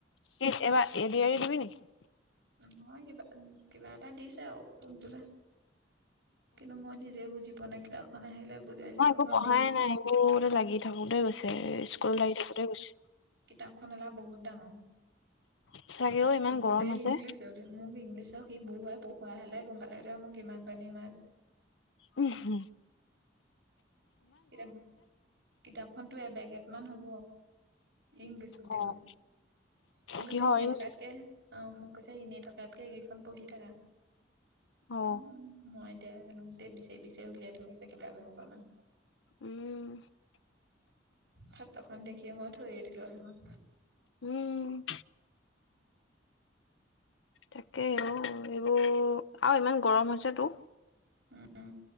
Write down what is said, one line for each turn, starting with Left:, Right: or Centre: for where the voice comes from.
Left: কি এবাৰ এ দি আৰ ই দিবি নিকি।
Right: নয় কিবা কিবা এটা দিছে আৰু কৰিবলে। কিন্তু মই নিজে বুজি পোৱা নাই কিতাপখন আহিলে বুজাদিলে
Left: মই
Right: হে
Left: একো
Right: গম পাবি।
Left: পঢ়াই নাই এইবোৰতে লাগি থাকোতে স্কুল লাগি থাকোতে গৈছে।
Right: কিতাপখন এলাহ বহুত ডাঙৰ
Left: সঁচাকে অ ইমান
Right: গোটেই
Left: গৰম হৈছে
Right: ইংলিশ গ মোক ইংলিশ আ। সি বহুৱাই পহুৱাই হলে গম পালে তেন মোক কিমান পানীৰ মাছ।
Left: উম হম।
Right: কিতাপ কিতাপখনতো এবেগ এ মান হব। ইন গৈছো দে
Left: অ',
Right: হন মোক কৈছে
Left: কিহৰ
Right: এনেই
Left: ইংলিছ?
Right: থকাতকে অ মোক কৈছে এনেই থকা। তাতকে এইকেইখন পঢ়ি থাকা।
Left: আহ।
Right: উম মই এতিয়া জানো গোই বিচাৰি বিচাৰি উলিয়া থৈ গৈছে কিতাপ এসোপা মান
Left: উম
Right: সাঁস্তখন দেখিয়ে মই থৈয়ে দিলো সেইখন।
Left: উম, তাকেই অ এইবোৰ আৰু ইমান গৰম হৈছেতো।
Right: উম ও।